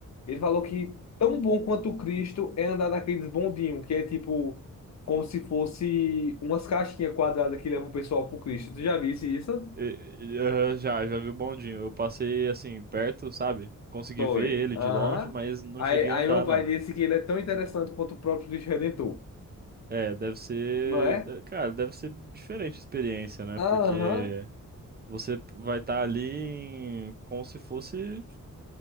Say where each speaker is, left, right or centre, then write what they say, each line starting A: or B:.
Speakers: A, on the left; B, on the right.
A: ele falou que tão bom quanto o Cristo é andar naqueles bondinhos, que é tipo, como se fosse umas caixinhas quadradas que levam o pessoal pro Cristo. Tu já visse isso?
B: E- e- aham, já, já vi o bondinho. Eu passei, assim, perto, sabe? Consegui
A: Foi.
B: ver ele
A: Aham.
B: de longe, mas não
A: Aí,
B: cheguei
A: aí
B: a andar,
A: meu pai
B: não.
A: disse que ele é tão interessante quanto o próprio Cristo Redentor,
B: É, deve ser.
A: não é?
B: de- Cara, deve ser diferente a experiência, né?
A: Aham.
B: Porque você vai estar ali em- como se fosse.